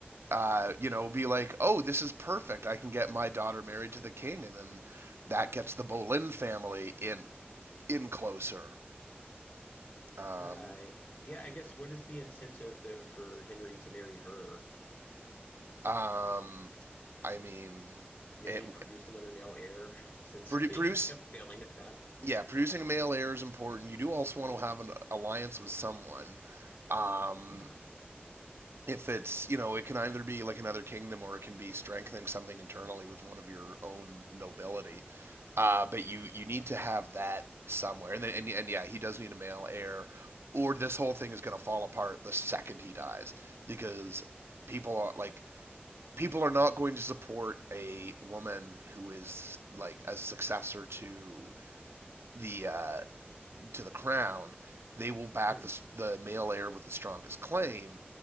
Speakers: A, on the right; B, on the left.
A: uh, you know, be like, oh, this is perfect. I can get my daughter married to the king, and then that gets the Boleyn family in in closer. Um,
B: Uh, yeah, I guess what is the incentive though for Henry to marry her?
A: um, I mean,
B: Maybe
A: it
B: produce another male heir <laughs> since
A: produce
B: he kept failing at that.
A: yeah, producing a male heir is important. You do also want to have an alliance with someone. Um,
B: Yeah.
A: if it's you know it can either be like another kingdom or it can be strengthening something internally with one of your own nobility uh, but you you need to have that somewhere and, then, and and yeah he does need a male heir or this whole thing is going to fall apart the second he dies because people are like people are not going to support a woman who is like a successor to the uh to the crown, they will back
B: Hmm.
A: the, the male heir with the strongest claim